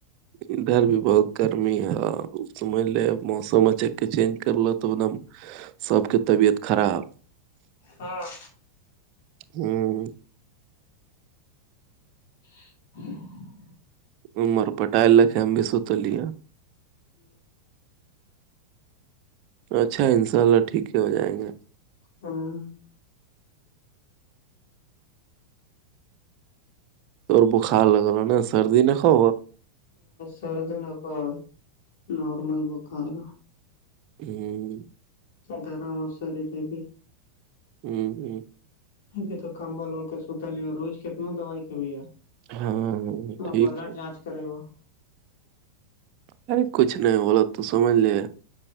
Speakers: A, on the right; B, on the left.
A: ادھر بھی بہت گرمی ہے سمج لے موسم اچک کے چینج کر لو توب نم سب کے طبیعت خراب
B: ہاں
A: ہوں
B: <unintelligible>
A: امر پٹال لکھے ہم بھی سوچلے اچھا ان شاء اللہ ٹھیک ہی ہو جائیں گے
B: ہاں
A: تو بخار لگل ہو نا سردی ن کو
B: سرد نہکا نارمل بکار
A: <unintelligible>
B: گرم وسر لیے بھی
A: ہوں ہ
B: ا تو کمبا لوڑ کے ستا لی اور رو ک ن دوائی ک یار
A: ہاں ہاں،
B: ہ
A: ٹھیک
B: بلڈ جانچ کرے گا
A: ارے کچھ نہیں بولو تو سمجھ لے